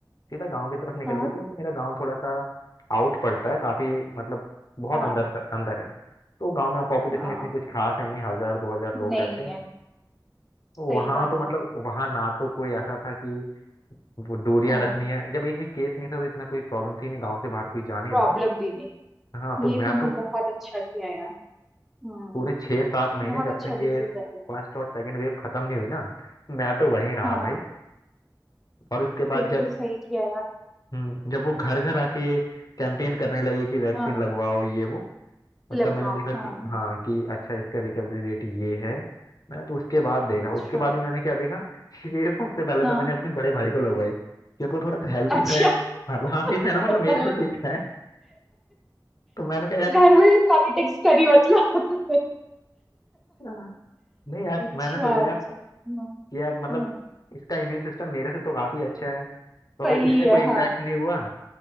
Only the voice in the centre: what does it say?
हाँ
हाँ
हाँ
नहीं
है
सही बात
है
हाँ
प्रॉब्लम
भी नहीं
ये
तुमने
बहुत अच्छा किया यार हम्म
बहुत
अच्छा
डिसीजन है
हाँ
बिल्कुल
सही किया यार
हाँ
लगवाओ
हाँ हाँ
अच्छा
हाँ
अच्छा
<laughs>
घर
में भी पॉलिटिक्स करी मतलब
अच्छा
अच्छा
हाँ,
हाँ,
सही
है
हाँ